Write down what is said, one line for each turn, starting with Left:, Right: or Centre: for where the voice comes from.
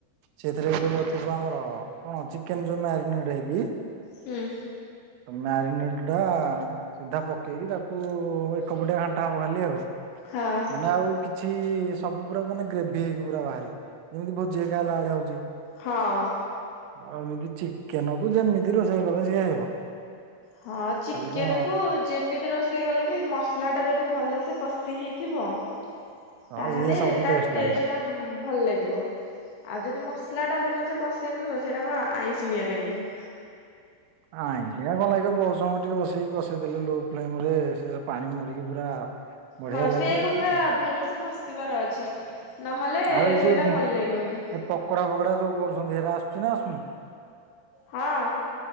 Right: ସେଥିରେ ଯୋଉ ଥିବ ଆମର କଣ ଚିକେନ ଯୋଉ ମ୍ୟାରିନେଟ ହେଇକି
Left: ହୁଁ।
Right: ମ୍ୟାରିନେଡ ଟା ସିଧା ପକେଇକି ତାକୁ ଏକପଟଆ ଘାଣ୍ଟା ହବ ଖାଲି ଆଉ।
Left: ହଁ।
Right: ମାନେ ଆଉ କିଛି ସବୁ। ପୁରା ମାନେ ଗ୍ରେଭି ହେଇକି ପୁରା ବାହାରିକ ଯେମିତି ଭୋଜି ଖାଇଲାଳି ହଉଛି।
Left: ହଁ।
Right: ଆଉ ଏମିତି ଚିକେନ କୁ ଯେମିତି ରୋଷେଇ କଲେ ସିଏ ହେବ।
Left: ହଁ ଚିକେନ
Right: ଖାଲି କଣ
Left: କୁ ଯେମିତି ରୋଷ ଷେଇ ଗଲେ ବି ମସଲା ଟା ଯଦି ଭଲସେ କଷି ହେଇଥିବ ତାହଲେ
Right: ହଁ ସିଏ ସବୁ
Left: ତା
Right: ଟେଷ୍ଟ
Left: ଟେଷ୍ଟଟା
Right: ଲାଗିବ।
Left: ଭଲ ଲାଗିବ। ଆଉ ଯଦି ମସଲା ଟା ଭଲସେ କଷିନଥିବ ସେଇଟା କଣ ଆଇଁସିିଣିଆ ଲାଗିବ।
Right: ଆଇଁସିଣିଆ କଣ ଲାଗିବ ବହୁତ ସମୟ ଟିକେ ବସେଇକି କଷେଇ ଦେଲେ ଲୋ ଫ୍ଲେମ ରେ ସେ ପାଣି ମରିକି ପୁରା ବଢିଆ
Left: ହଁ
Right: ଲାଗିବ
Left: ସେୟାକୁ
Right: ଆଉ
Left: ପୁରା
Right: କଣ
Left: ଭଲ ସେ ଖସିବାର ଅଛି। ନହେଲେ
Right: ଆଉ ଏଇ
Left: ସେଇଟା
Right: ଯୋଉ
Left: ଭଲ ଲାଗିବନି
Right: ଏ ପକଡା ଫକଡା ଯୋଉ କରୁଛନ୍ତି ସେରା ଆସୁଛି ନା ଆସୁନି।
Left: ହଁ